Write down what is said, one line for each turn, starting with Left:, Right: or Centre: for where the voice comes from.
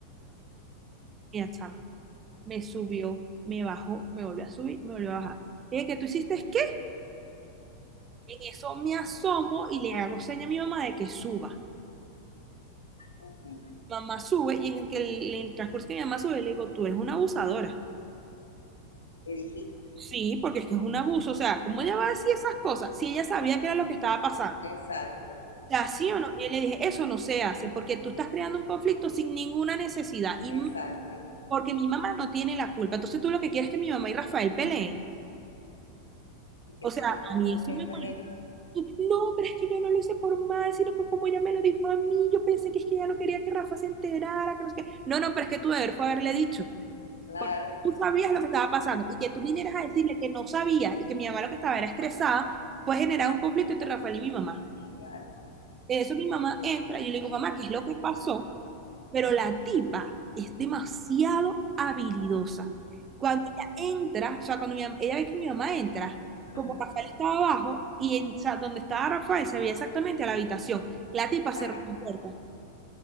Right: Mira, chama, me subió, me bajó, me volvió a subir, me volvió a bajar. Le Dije, ¿qué tú hiciste? ¿Qué? En eso me asomo y le hago seña a mi mamá de que suba.
Left: Ujú,
Right: mamá sube y en el, que el, en el transcurso que mi mamá sube, le digo, tú eres una abusadora.
Left: Le dijiste,
Right: Sí, porque es que es un abuso. O sea, ¿cómo ella va a decir esas cosas si ella sabía que era lo que estaba pasando?
Left: exacto.
Right: O sea, ¿sí o no? Y yo le dije, eso no se hace porque tú estás creando un conflicto sin ninguna necesidad y
Left: Exacto.
Right: m- porque mi mamá no tiene la culpa. Entonces tú lo que quieres es que mi mamá y Rafael peleen.
Left: Y que
Right: O
Left: te
Right: sea,
Left: dijo
Right: a
Left: a
Right: mí
Left: todas
Right: eso
Left: estas
Right: me molesta.
Left: ella,
Right: No, pero es que yo no lo hice por mal, sino que como ella me lo dijo a mí, yo pensé que es que ella no quería que Rafa se enterara, que no sé qué. No, no, pero es que tú deber fue haberle dicho.
Left: claro,
Right: porque tú sabías lo que estaba pasando y que tú vinieras a decirle que no sabía y que mi mamá lo que estaba era estresada, pues generar un conflicto entre Rafael y mi mamá.
Left: claro,
Right: En eso mi mamá entra y yo le digo, mamá, ¿qué es lo que pasó? Pero la tipa es demasiado habilidosa. Cuando ella entra, o sea, cuando mi mam- ella ve que mi mamá entra, como
Left: ujú,
Right: Rafael estaba abajo y en, o sea, donde estaba Rafael se veía exactamente a la habitación. La tipa cerró
Left: ajá,
Right: la puerta